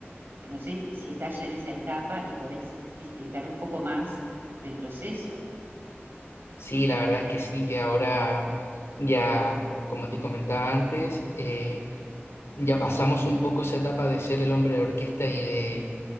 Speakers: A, on the right (about 55°); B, on the left (about 80°).
A: Eh, No sé si estás ya en esa etapa y podés disfrutar un poco más del proceso.
B: Sí, la verdad es que sí, que ahora ya, como te comentaba antes, eh, ya pasamos un poco esa etapa de ser el hombre de orquesta y de